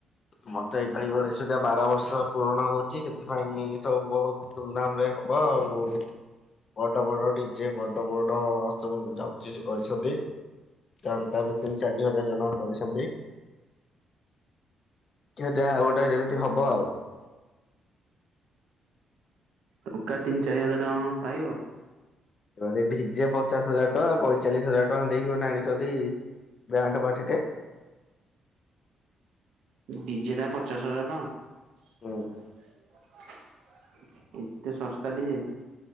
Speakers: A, on the left (about 35°); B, on the right (about 80°).
A: ମତେ ଏଇଭଳି ଓଣ ସୁ ଯା ବାର ବର୍ଷ ପୂରଣ ହଉଛି ସେଥିପାଇଁ ସବୁ ବହୁତ ଧୁମଧାମରେ ହବ ଆଉ ବଡ ବଡ ଡିଯେ ବଡ ବଡ ସ୍ତବ ବୁଝାବୁଛି ସେ କରିଛନ୍ତି। ଚାନ୍ଦା ବି ତିନ ଚାରି ହଜାର ଟଙ୍କା କରିଛନ୍ତି। ଯାହା ଗୋଟେ ଯେମିତି ହବ ଆଉ।
B: ଟଙ୍କା ତିନି ଚାରି ହଜାର ଟଙ୍କା କ ପାଇବ?
A: ଏ ଢିଜେ ପଚାଶ ହଜାର ଟଙ୍କା ପଇଁଚାଳିଶ ହଜାର ଟଙ୍କା ଦେଇକି ଗୋଟେ ଆଣିଚନ୍ତି ବ୍ୟାଣ୍ଟ ପାଟିଟେ।
B: ଡିଜେଟା ପଚାଶ ହଜାର ଟଙ୍କା?
A: ହୁଁ
B: ଏତେ ଶସ୍ତା ଡିଜେ।